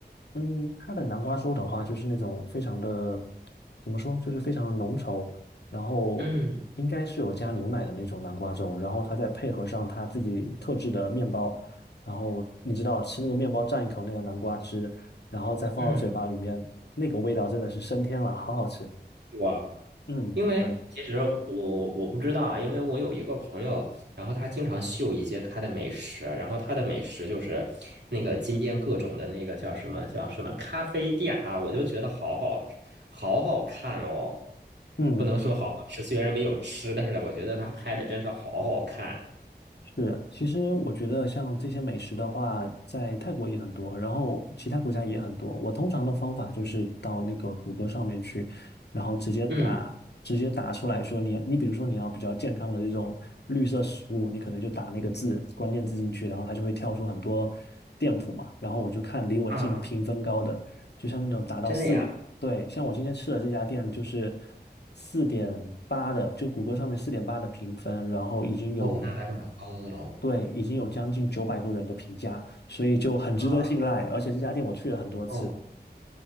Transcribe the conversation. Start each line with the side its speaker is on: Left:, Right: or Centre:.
Left: 嗯，它的南瓜粥的话，就是那种非常的，怎么说，就是非常的浓稠，然后应该是有加牛奶的那种南瓜粥，
Right: 嗯
Left: 然后它再配合上它自己特制的面包，然后你知道吃那个面包蘸一口那个南瓜汁，然后再放到嘴巴里面，
Right: 嗯，
Left: 那个味道真的是升天了，好好吃。
Right: 哇。
Left: 嗯，
Right: 因为其实我我不知道啊，
Left: 对，
Right: 因为我有一个朋友，然后他经常秀一些他的美食，然后他的美食就是那个金边各种的那个叫什么叫什么咖啡店啊，我就觉得好好吃好好看哦，
Left: 嗯，
Right: 不能说好好吃，虽然没有吃，但是我觉得他拍的真是好好看。
Left: 是，其实我觉得像这些美食的话，在泰国也很多，然后其他国家也很多。我通常的方法就是到那个谷歌上面去，然后直接打，
Right: 嗯
Left: 直接打出来说你你比如说你要比较健康的这种绿色食物，你可能就打那个字关键字进去，然后它就会跳出很多店铺嘛。然后我就看离我近评分高的，
Right: 啊，
Left: 就像那种达到四对，
Right: 真的呀，
Left: 像我今天吃的这家店就是四点八的，就谷歌上面四点八的评分，然后已经有，
Right: 哦，那还是蛮高的喽。
Left: 对，已经有将近九百多人的评价，所以就很值得信赖。
Right: 啊，
Left: 而且这家店我去了很多次，
Right: 哦。